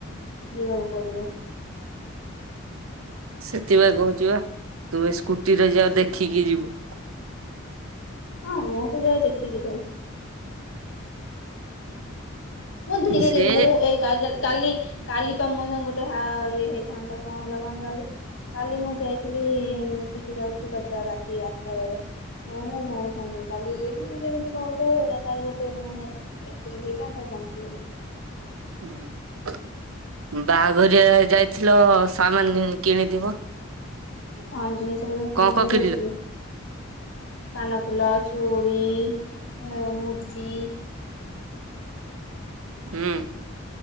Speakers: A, on the left; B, on the right.
A: ଯିବାକୁ ପଡିବ।
B: ସେଥିପାଇଁ କହୁଛ ବା ତୁ ଏ ସ୍କୁଟି ରେ ଯଅ ଦେଖିକି ଯିବୁ।
A: ହଁ ମୁଁ ତ ଯାଏ ଦେଖିକି ଯାଏ। ମୁଁ ଧୀରେ ଧୀରେ
B: ସେ
A: ମୁଁ କାଲି କାଲି ପାମୋସଙ୍ଗେ ଗୁଟେ ହା ଆ ଇଏ ହେଇଥାନ୍ତା କଣ ହେଇଥାନ୍ତା କାଲି। କାଲି ମୁଁ ଯାଇଥିଲି ଟିକେ ଯାଉଥିଲି ବଜାର ରାତି ଆଠଟା ବେଳେ। ମୁଁ ମୁଁ ଭଉଣୀ ସାଙ୍ଗେ ଯାଇ କାଲି ଏମିତି କେମିତି କଣ ଗୁଟେ ହେଇଯାଆନ୍ତା ଗୁଟେ ମାନେ <unintelligible> ଏକ୍ସିଡେଣ୍ଟ ହେଇଥାନ୍ତା ବଞ୍ଚିଗଲି।
B: ହୁଁଉଁ। ବାଘରିଆ ଯାଇଥିଲ ସାମାନ କିଣିଥିବ।
A: ହଁ ଜିନିଷ ପତର କିଣିବାକୁ
B: କଣ କଣ କିଣିଲ?
A: ଯାଇଥିଲି। କାନଫୁଲ ଚୁଡ଼ି ମ ମୁଦି।
B: ହୁଁ।